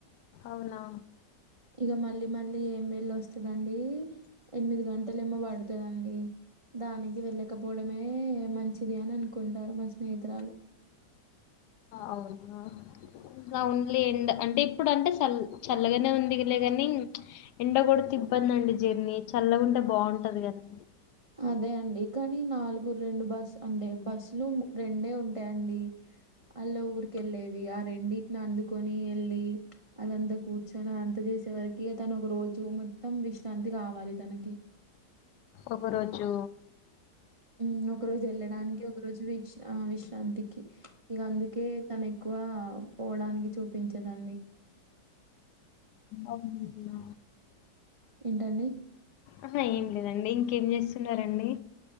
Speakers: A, on the left (about 75°); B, on the right (about 50°).
A: అవునా
B: ఇక మళ్ళీ మళ్ళీ ఏం వేల్ళ వస్తందండి ఎనిమిది గంటలు ఏమో పడుతుదండి దానికి వెళ్ళకప్ పోవడమే మంచిది అని అనుకుంటారు మా స్నేహితురాలు
A: అవునా ఓన్లీ ఎండ అంటే ఇప్పుడు అంటే చల్ చల్లగానే ఉందిలే ని ఎండ కూడా తిబ్బందిండి జర్నీ చల్లగుంటే బాగుంటది గాని
B: అదే అండి కానీ నాలుగు రెండు బస్సు అంటే బస్సులు రెండే ఉంటాయిండి అలా ఊరికి వెళ్ళేవి ఆ రెండిటిని అందుకొని ఎళ్ళి అదంతా కూర్చొని అ అంత చేసేవరకి తను ఒక రోజు మొత్తం విశ్రాంతి కావాలి తనకి
A: ఒక రోజు
B: మ్మ్ ఒక రోజు వెళ్ళడానికి ఒక రోజు విష్ విష్ శ్రాంతికి ఇక అందుకే తను ఎక్కువ పోవడానికి చూపించేదండి
A: అవునా.
B: ఏంటండి
A: అహ ఏం లేదండి ఇంకేం చేస్తున్నారండి